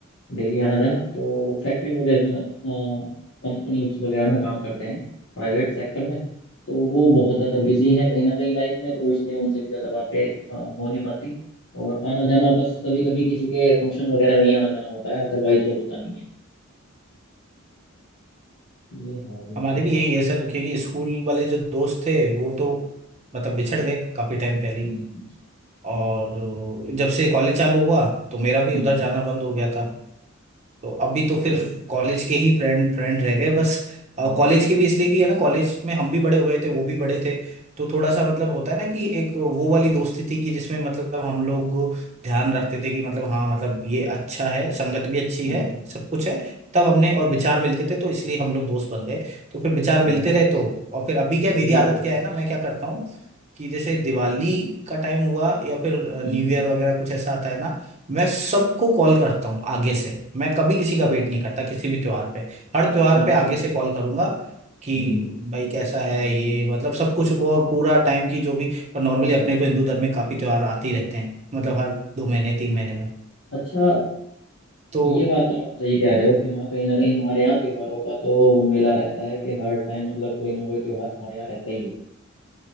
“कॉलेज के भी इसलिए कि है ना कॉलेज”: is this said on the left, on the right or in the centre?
Right